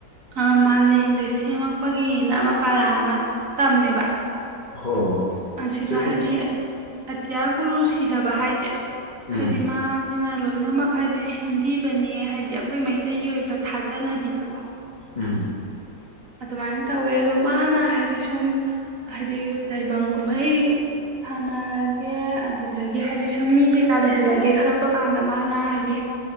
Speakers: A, on the right (about 50°); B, on the left (about 30°).
A: ꯑꯥ ꯃꯥꯂꯦꯝ ꯂꯩꯁꯦꯝꯃꯛ ꯄꯒꯤꯅ ꯑꯃ ꯄꯔꯥ ꯑꯃ ꯇꯝꯃꯦꯕ
B: ꯍꯣ
A: ꯑ ꯥ ꯁꯤꯗ
B: ꯆꯦ ꯑꯗꯨ
A: ꯍꯥꯏꯗꯤ ꯑꯇ꯭ꯌꯥ ꯒꯨꯔꯨ ꯁꯤ ꯁꯤꯗꯕ ꯍꯥꯏꯁꯦ
B: ꯎꯝ
A: ꯍꯥꯏꯗꯤ ꯃꯥꯥꯁꯤꯅ ꯂꯣꯏꯅꯃꯛ ꯍꯥꯏꯗꯤ ꯁꯦꯝꯕꯤꯕꯅꯦ ꯍꯥꯏꯗꯤ ꯑꯩꯈꯣꯏ ꯃꯩꯇꯩꯒꯤ ꯑꯣꯏꯕ ꯊꯥꯖꯅꯕꯤꯗꯀꯣ
B: ꯎꯝ
A: ꯑꯗꯨꯃꯥꯏꯅ ꯇꯧꯋꯦ ꯑꯗꯣ ꯃꯥꯅ ꯍꯥꯏꯗꯤ ꯁꯨꯝ ꯍꯥꯏꯗꯤ ꯇꯥꯏꯕꯪ ꯀꯨꯝꯍꯩ ꯁꯥꯟꯅꯔꯒꯦ ꯑꯗꯨ ꯑꯗꯒꯤ ꯍꯥꯏꯗꯤ ꯁꯨꯝ ꯃꯤ ꯀꯩ ꯀꯥ ꯂꯩꯍꯜꯂꯒꯦ ꯈꯜꯂꯛꯄ ꯀꯥꯟꯗ ꯃꯥꯅ ꯍꯥꯏꯗꯤ